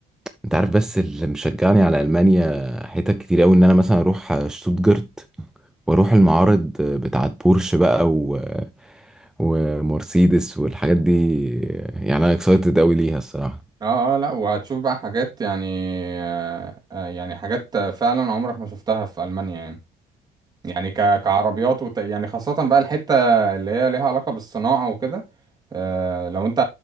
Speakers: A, in the centre; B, on the right.
A: انت عارف بس اللي مشجعني على المانيا حتت كتير قوي ان انا مثلا اروح شتوتجارت واروح المعارض بتاعت بورش بقى و... ومرسيدس والحاجات دي يعني انا اكسايتد قوي ليها الصراحه
B: اه اه لا وهتشوف بقى حاجات يعني آه آه، يعني حاجات فعلا عمرك ما شفتها في ألمانيا يعني يعني ك- كعربيات وت... يعني خاصة بقى الحتة اللي هي ليها علاقة بالصناعة وكده آه لو انت